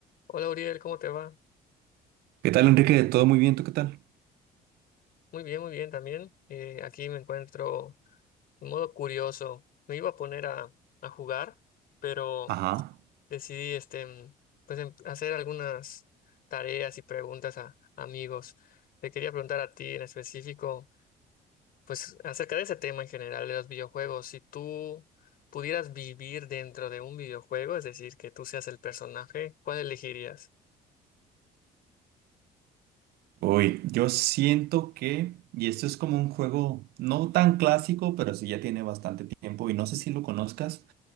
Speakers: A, on the left (about 60°); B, on the right (about 70°).
A: Hola Uriel, ¿cómo te va?
B: ¿Qué tal, Enrique? ¿Todo muy bien? ¿Tú qué tal?
A: Muy bien, muy bien también. Eh, aquí me encuentro en modo curioso. Me iba a poner a, a jugar, pero
B: Ajá.
A: decidí este, mm, pues, em- hacer algunas tareas y preguntas a amigos. Te quería preguntar a ti en específico, pues acerca de ese tema en general de los videojuegos. Si tú pudieras vivir dentro de un videojuego, es decir, que tú seas el personaje, ¿cuál elegirías?
B: Uy, yo siento que, y esto es como un juego no tan clásico, pero sí ya tiene bastante tiempo y no sé si lo conozcas,